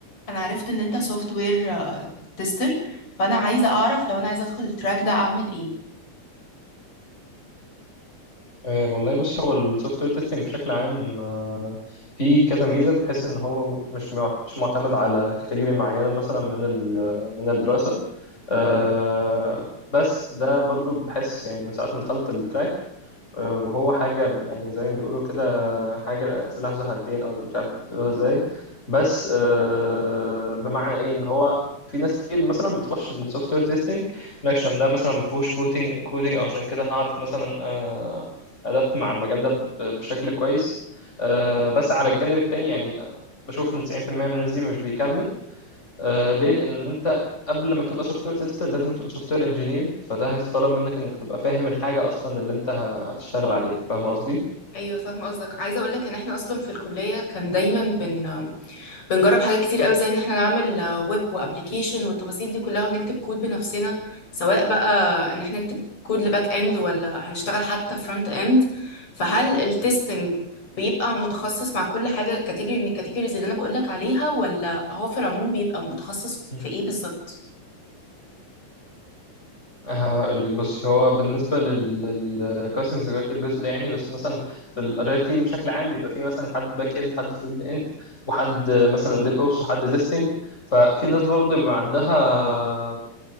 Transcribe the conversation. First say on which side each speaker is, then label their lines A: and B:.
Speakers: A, on the left; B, on the left.
A: انا عرفت ان انت سوفت وير تيستر فانا عايزه اعرف لو انا عايزه ادخل التراك ده اعمل ايه
B: آه، والله بص هو السوفت وير تيستنج بشكل عام آه، فيه كذا ميزه بحيث ان هو مش مع- مش معتمد على كاتيجوري معينه مثلا من ال- من الدراسه آه، بس ده برضو بحس يعني من ساعه ما دخلت التراك آه، وهو حاجة يعني زي ما بيقولوا كده حاجة سلاح ذو حدين أو مش عارف بتقولوها إزاي بس آه، بمعنى إيه إن هو في ناس كتير مثلا بتخش السوفت وير تيستنج عشان ده مثلا ما فيهوش كودينج كودينج او عشان كده هعرف مثلا آه، ادابت مع المجال ده ب- بشكل كويس آه، بس على الجانب التاني يعني بشوف ان 90% من الناس دي مش بيكمل آه ليه لان انت قبل ما تبقى سوفت وير تيستر لازم تبقى سوفت وير انجينير فده هيتطلب منك انك تبقى فاهم الحاجه اصلا اللي انت ه- هتشتغل عليها فاهم قصدي
A: ايوه فاهمه قصدك عايزه اقول لك ان احنا اصلا في الكليه كان دايما بن بنجرب حاجات كتير قوي زي ان احنا نعمل ويب وابلكيشن والتفاصيل دي كلها ونكتب كود بنفسنا سواء بقى ان احنا نكتب كود لباك اند ولا هنشتغل حتى فرونت اند فهل التستنج بيبقى متخصص مع كل حاجه كاتيجوري من الكاتيجوريز اللي انا بقول لك عليها ولا هو في العموم بيبقى متخصص
B: مم.
A: في ايه بالظبط
B: هقول لك بصي هو بالنسبه للكاستنج ذكرت الجزء ده يعني بس مثلا في الريال تيم بشكل عام بيبقى فيه مثلا حد باك اند حد فرونت اند وحد مثلا ديف اوبس وحد تيستنج ففي ناس برضه بيبقى عندها